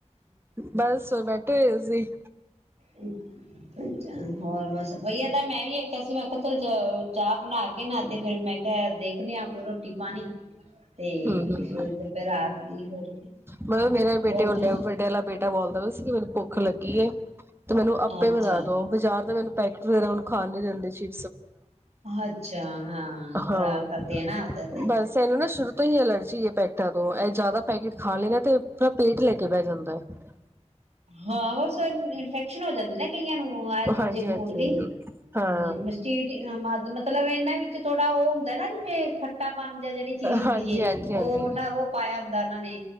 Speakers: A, on the right; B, on the right.
A: ਬਸ ਹੋਰ ਬੈਠੇ ਹੋਏ ਸੀ।
B: ਹੂੰ, ਪਚਾਰ ਹੋਰ ਬਸ, ਵਈਆ ਮੈਂ ਵੀ ਆਖਿਆ ਸੀ ਮੈਂ ਕਿਹਾ ਚਲ ਚਾਹ ਬਣਾ ਕੇ ਨਾ ਤੇ ਫੇਰ ਮੈਂ ਕਿਹਾ ਦੇਖਣੇ ਆ ਕੋਈ ਰੋਟੀ ਪਾਣੀ। ਤੇ
A: ਹੂੰ ਹੂੰ
B: ਫੇਰ ਦੁਪਹਿਰ ਰਾਤ ਦੀ ਹੋਰ
A: ਮਤਲਬ ਮੇਰਾ ਬੇਟੇ
B: ਹੋਰ
A: ਵਾਲਾ
B: ਤੁਸੀਂ
A: ਵੱਡੇ ਆਲਾ ਬੇਟਾ ਬੋਲਦਾ ਤੁਸੀਂ ਮੈਨੂੰ ਭੁੱਖ ਲੱਗੀ। ਗੀ ਐ। ਮੈਨੂੰ ਆਪੇ
B: ਅੱਛਾ
A: ਬਣਾ ਦੋ ਬਾਜ਼ਾਰ ਤਾਂ ਮੈਨੂੰ ਪੈਕਟ ਵਗੈਰਾ ਮੈਨੂੰ, ਖਾਣ ਨੀ ਦਿੰਦੇ ਸੀ।
B: ਅੱਛਾ, ਹਾਂ
A: ਹਾਂ
B: ਖ਼ਰਾਬ ਕਰਦੇ ਆ ਨਾ ਉਹਦੇ ਤੇ
A: ਬਸ ਇਹਨੂੰ ਨਾ ਸ਼ੁਰੂ ਤੋਂ ਹੀ ਅਲਰਜੀ ਇਹ ਪੈਟਰਾ ਤੋ ਜ਼ਿਆਦਾ ਪੈਕਟ ਖਾ ਲੈ ਤਾ ਆਪਣਾ ਪੇਟ ਲੈ ਕੇ ਬਹਿ ਜਾਂਦਾ ਆ
B: ਹਾਂ ਇਨਫੈਕਸ਼ਨ ਹੋ ਜਾਂਦੀ ਨਾ ਕਈਆਂ ਨੂੰ ਦੂਜੇ
A: ਹਾਂਜੀ
B: ਫੂਡ
A: ਹਾਂਜੀ
B: ਦੀ
A: ਹਾਂ
B: ਮਸੀਦ ਮਤਲਬ ਇਹਨਾਂ ਵਿੱਚ ਥੋੜਾ ਉਹ ਹੁੰਦਾ ਨਾ ਜਿਵੇਂ ਖੱਟਾ ਪਣ ਜਾਂ ਜਿਹੜੀ ਚੀਜ਼ ਹੁੰਦੀ
A: ਹਾਂਜੀ
B: ਏ
A: ਹਾਂਜੀ
B: ਉਹ
A: ਹਾਂਜੀ
B: ਨਾ ਉਹ ਪਾਇਆ ਹੁੰਦਾ ਉਹ ਉਹਨਾਂ ਨੇ